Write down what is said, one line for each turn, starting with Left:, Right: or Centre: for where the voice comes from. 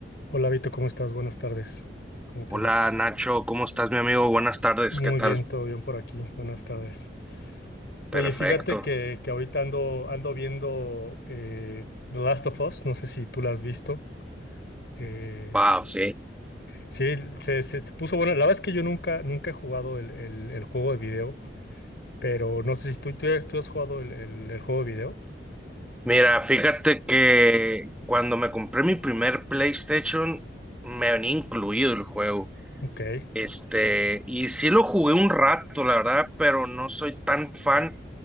Left: Hola Vito, ¿cómo estás? Buenas tardes. ¿Cómo te
Centre: Hola
Left: va?
Centre: Nacho, ¿cómo estás, mi amigo? Buenas tardes,
Left: Muy
Centre: ¿qué tal?
Left: bien, todo bien por aquí. Buenas tardes. Oye,
Centre: Perfecto.
Left: fíjate que, que ahorita ando, ando viendo eh, The Last of Us. No sé si tú la has visto. Eh,
Centre: Wow, sí.
Left: sí, se, se- se puso bueno. La verdad es que yo nunca, nunca he jugado el, el- el juego de video, pero no sé si tú, tú, tú has jugado el, el- el juego de video.
Centre: Mira, fíjate que cuando me compré mi primer PlayStation, me venía incluido el juego.
Left: Ok,
Centre: Este, y sí lo jugué un rato, la verdad, pero no soy tan fan